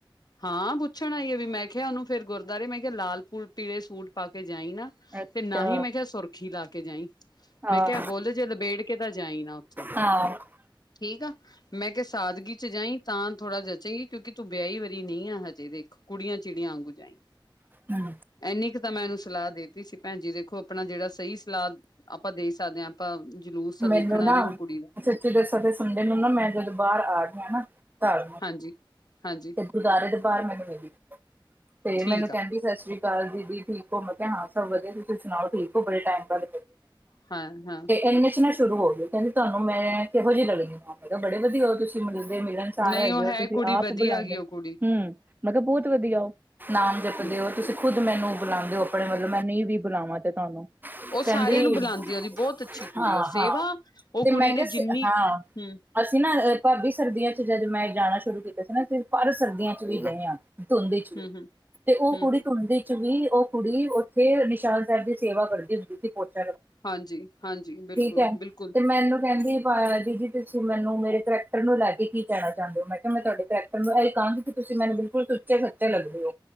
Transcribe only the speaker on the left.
ਹਾਂ ਪੁ ਛਣ ਆਈ ਆ ਵੀ ਮੈਂ ਕਿਆ ਉਨੂੰ ਫੇਰ ਗੁਰਦੁਆਰੇ ਮੈਂ ਕਿਆ ਲਾਲ ਪੂ ਪੀਲੇ ਸੂਟ ਪਾ ਕੇ ਜਾਈ ਨਾ।
ਤੇ ਨਾਹੀ ਮੈਂ ਕਿਆ ਸੁਰਖੀ ਲਾ ਕੇ ਜਾਈ।
ਮੈਂ ਕਿਆ ਬੁਲ ਜੇ ਲਬੇੜ ਕੇ ਤਾਂ ਜਾਈ ਨਾ ਉਥੇ।
ਠੀਕ ਆ ਮੈਂ ਕਿਆ ਸਾਦਗੀਚ ਜਾਈ ਤਾਂ ਥੋੜ੍ਹਾ ਜਚੇਗੀ ਕਿਉਂਕਿ ਤੂੰ ਵਿਆਹੀ ਵਾਰੀ ਨੀ ਆ ਹਜੇ, ਦੇਖ ਕੁੜੀਆਂ-ਚਿੜੀਆਂ ਆਂਗੂ ਜਾਈ।
ਐਨੀ ਕ ਤਾਂ ਮੈਂ ਐਨੂੰ ਸਲਾਹ ਦੇਤੀ ਸੀ ਭੈਣ ਜੀ ਦੇਖੋ ਆਪਣਾ ਜੇੜਾ ਸਈ ਸਲਾਹ ਆਪਾਂ ਦੇ ਸਕਦੇ ਆ ਆਪਾਂ ਜਲੂਸ ਤਾਂ
ਦੇਖਣਾ
ਨੀ ਓ ਕੁੜੀ ਦਾ
ਜੀ, ਹਾਂਜੀ।
ਠੀਕ
ਆ
ਹਾਂ ਹਾਂ
ਨਹੀਂ
ਉਹ ਹੈ
ਕੁੜੀ
ਵਧੀਆ
ਹੈਗੀ
ਉਹ ਕੁੜੀ
ਹੂੰ
ਓ
ਸਾਰਿਆਂ ਨੂੰ ਬੁਲਾਉਂਦੀ ਓਦੀ ਬੋਤ ਅੱਛੀ ਕੁੜੀ
ਆ ਸੇਵਾ ਓ
ਕੁੜੀ ਨੇ
ਜਿੰਨੀ
ਹੂੰ
ਹੂੰ ਹੂੰ
ਹੂੰ
ਹਾਂਜੀ ਹਾਂਜੀ ਬਿਲਕੁਲ
ਬਿਲਕੁਲ